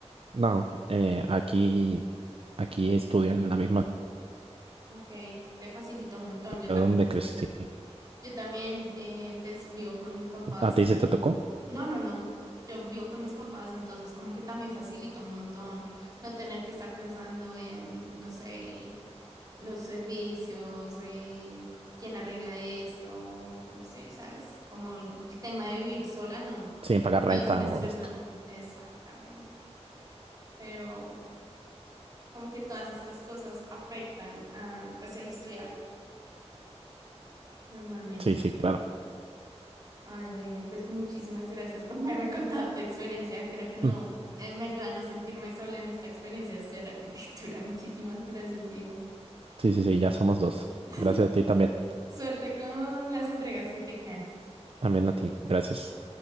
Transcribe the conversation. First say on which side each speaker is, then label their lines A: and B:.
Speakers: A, on the right; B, on the right.
A: No, eh, aquí, aquí estudian en la misma
B: Ok, te facilitó un montón. Yo
A: ciudad
B: también,
A: donde crecí.
B: yo también, eh, pues, vivo con mis papás.
A: ¿A ti sí
B: Bien.
A: te tocó?
B: No, no, no. Yo vivo con mis papás, entonces como que también facilita un montón no tener que estar pensando en, no sé, los servicios, eh, quién arregla esto, sí, ¿sabes? Como el tema de vivir sola no,
A: Sin pagar
B: no
A: renta
B: es un estrés
A: o esto.
B: nuevo. Exactamente. pero como que todas estas cosas afectan a, pues el estudiar normalmente.
A: Sí, sí, claro.
B: Ay, bueno, pues muchísimas gracias por haberme contado tu experiencia. Creo que no,
A: Mm.
B: eh, me ayuda a no sentirme sola en esta experiencia de estudiar arquitectura. <laughs> Muchísimas gracias, Diego.
A: Sí, sí, sí, ya somos dos.
B: <laughs>
A: Gracias a ti también.
B: Suerte con las entregas que te quedan.
A: También a ti. Gracias.